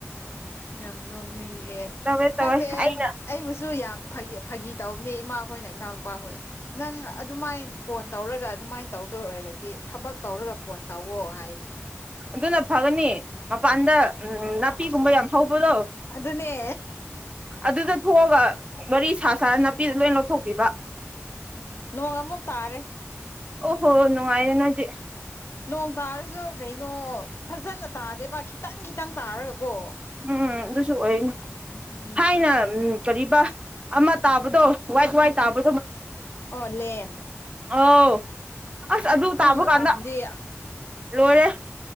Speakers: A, on the left; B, on the right.
A: ꯌꯥ ꯅ ꯑꯣꯦ
B: ꯇꯧꯋꯦ ꯇꯧꯋꯦ
A: ꯈꯪꯗꯦ
B: ꯑꯩꯅ
A: ꯑꯩꯕꯨꯁꯨ ꯌꯥꯝ ꯐꯥꯒꯤ ꯇꯧꯕꯅꯦ ꯏꯃꯥꯈꯣꯏꯅ ꯏꯅꯥꯎꯅꯨꯄꯥꯈꯣꯏꯅ ꯅꯪ ꯑꯗꯨꯃꯥꯏꯅ ꯐꯣꯟ ꯇꯧꯔꯒ ꯑꯗꯨꯃꯥꯏꯅ ꯇꯧꯗ ꯑꯣꯏꯔꯗꯤ ꯊꯕꯛ ꯇꯧꯔꯒ ꯐꯣꯟ ꯇꯧꯋ ꯍꯥꯏꯕꯅꯤ
B: ꯑꯗꯨꯅ ꯐꯒꯅꯤ ꯃꯄꯥꯟꯗ ꯎꯝ ꯅꯥꯄꯤꯒꯨꯝꯕ ꯌꯥꯝ ꯍꯧ ꯣ
A: ꯑꯗꯨꯅꯦ
B: ꯑꯗꯨꯗ ꯊꯣꯛꯑꯒ ꯃꯔꯤ ꯅꯥꯄꯤꯗ ꯂꯣꯏ ꯂꯧꯊꯣꯛꯄꯤꯕ
A: ꯎꯝ ꯅꯣꯡ ꯑꯃꯨꯛ ꯇꯥꯔꯦ
B: ꯑꯣ ꯍꯣꯅꯅꯨꯡꯥꯏꯗꯅꯖꯤꯦ
A: ꯅꯣꯡ ꯇꯥꯔꯁꯨ ꯀꯩꯅꯣ ꯐꯖꯅ ꯇꯥꯗꯦꯕ ꯈꯤꯇꯪ ꯈꯤꯇꯪ ꯇꯥꯔꯒꯀꯣ
B: ꯎꯝ ꯑꯗꯨꯁꯨ ꯑꯣꯏꯅꯤ
A: ꯎꯝ
B: ꯍꯥꯏꯅ ꯎꯝ ꯀꯕꯥ ꯑꯃ ꯇꯥꯕꯗꯣ ꯋꯥꯏꯠ ꯋꯥꯏ ꯇꯥꯕꯗꯣ
A: ꯑꯣ ꯂꯦꯦꯟ
B: ꯑꯥꯎ ꯑꯁ ꯑꯗꯨ ꯇꯥꯕ
A: ꯃꯇꯝꯗꯤ
B: ꯀꯥꯟꯗ ꯂꯣꯏꯔꯦ